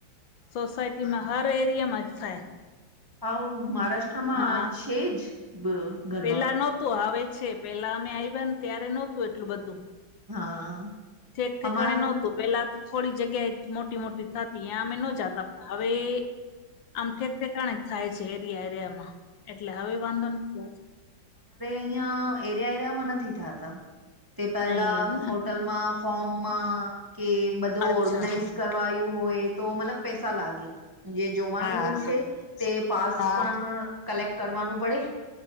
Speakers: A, on the left; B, on the right.
A: સોસાયટી માં હર એરિયામાં જ થાય.
B: આઉં મહારાષ્ટ્રમાં
A: હા
B: છે જ. ગરબા
A: પેલા નતું હવે છે, પેલા અમે આવ્યા ને, ત્યારે નતું એટલું બધું.
B: હા.
A: ઠેક ઠેકાણે
B: અમારા
A: નતું. પેલા થોડી જગ્યાએ મોટી-મોટી થતી, ઇઆ અમે ન જાતા પણ હવે. આમ ઠેક ઠેકાણે જ થાય છે, એરિયા એરિયામાં એટલે હવે વાંધો નથી આવતો.
B: ઇયા એરિયા એરિયામાં નથી થાતા, તે પેલા
A: નહી એમને
B: હોટલમાં ફોર્મમાં કે, બધો
A: અચ્છા
B: ઓર્ગનાઈઝ કર વાયુ હોય તો, મતલબ પૈસા લાગે જે. જોવાનું
A: હા
B: છે, તે પાસ
A: હા
B: પણ કલેક્ટ કરવાનું પડે.